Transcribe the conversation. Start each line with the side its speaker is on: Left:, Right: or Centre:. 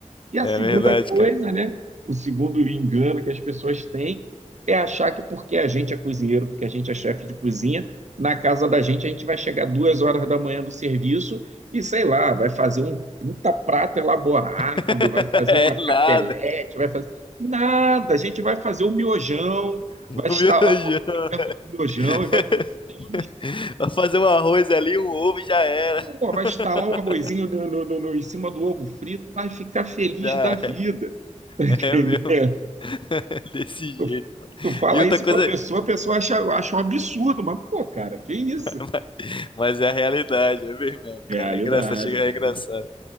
Right: E a
Left: é
Right: segunda
Left: verdade,
Right: coisa,
Left: cara.
Right: né? O segundo engano que as pessoas têm é achar que porque a gente é cozinheiro, porque a gente é chefe de cozinha, na casa da gente a gente vai chegar duas horas da manhã do serviço e, sei lá, vai fazer um puta prato elaborado,
Left: <laughs>
Right: vai fazer
Left: É
Right: uma capelete,
Left: nada.
Right: vai fazer. Nada, a gente vai fazer o miojão, vai
Left: O
Right: instalar
Left: meu feijão.
Right: o miojão
Left: <laughs>
Right: e vai feliz.
Left: Pra fazer um arroz ali, um ovo e já era.
Right: Pô, vai
Left: <laughs>
Right: instalar o arrozinho no, no, no- no- em cima do ovo frito, vai ficar feliz
Left: Já.
Right: da vida, <laughs> entendeu?
Left: É mesmo. <laughs> Desse
Right: Tu,
Left: jeito, mano.
Right: tu fala
Left: E outra
Right: isso
Left: coisa,
Right: pra pessoa,
Left: <laughs>
Right: a pessoa acha, acha um absurdo, mas, pô, cara, que isso?
Left: mas mas é a realidade, é ver mesmo, cara.
Right: Realidade,
Left: É engraçado, chega,
Right: realidade.
Left: é engraçado.